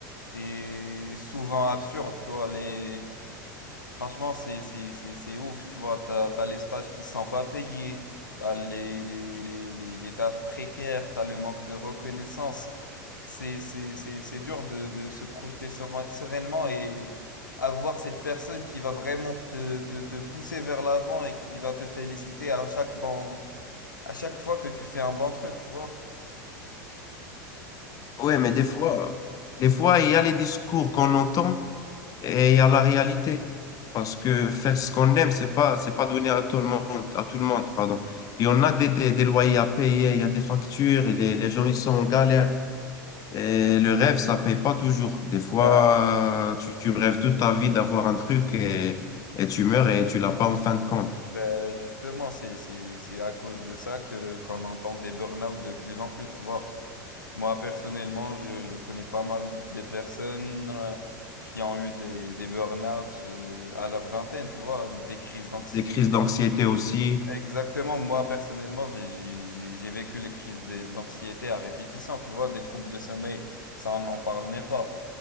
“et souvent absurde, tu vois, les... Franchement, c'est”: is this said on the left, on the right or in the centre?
Left